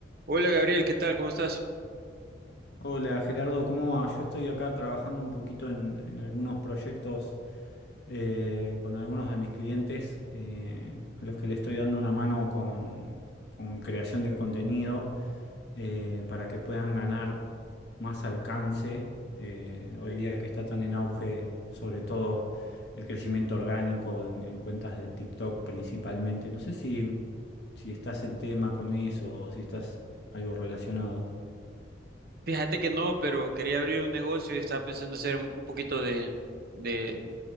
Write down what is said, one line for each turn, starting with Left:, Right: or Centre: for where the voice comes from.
Right: Hola Gabriel, ¿qué tal? ¿Cómo estás?
Left: Hola Gerardo, ¿cómo va? Yo estoy acá trabajando un poquito en, en algunos proyectos eh, con algunos de mis clientes eh, a los que le estoy dando una mano con, con creación de contenido eh, para que puedan ganar más alcance. eh, hoy día que está tan en auge, sobre todo el crecimiento orgánico en, en cuentas de TikTok principalmente. No sé si, si estás en tema con eso o si estás algo relacionado.
Right: Fíjate que no, pero quería abrir un negocio y estaba pensando hacer un un poquito de, de,